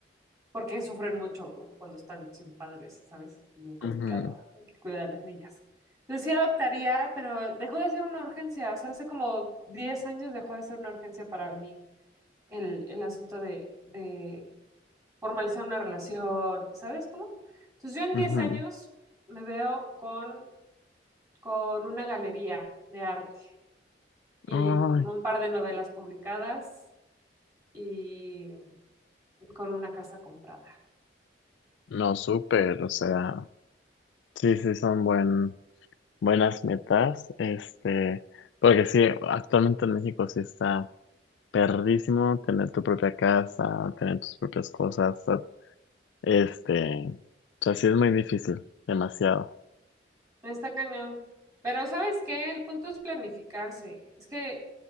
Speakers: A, on the right; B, on the left.
A: porque sufren mucho cuando están sin padres, ¿sabes? Es muy complicado,
B: Ujú,
A: hay que cuidar a las niñas. Entonces sí adoptaría, pero dejó de ser una urgencia, o sea, hace como 10 años dejó de ser una urgencia para mí el, el asunto de, de formalizar una relación, ¿sabes cómo? Entonces yo en
B: ujú.
A: 10 años me veo con con una galería de arte y
B: Ay,
A: con un par de novelas publicadas y con una casa comprada.
B: no, súper, o sea, sí, sí, son buen, buenas metas, este, porque sí, actualmente en México sí está. perrísimo tener tu propia casa, tener tus propias cosas. o sea, Este, o sea, sí es muy difícil, demasiado.
A: Está cañón. Pero ¿sabes qué? El punto es planificarse. Es que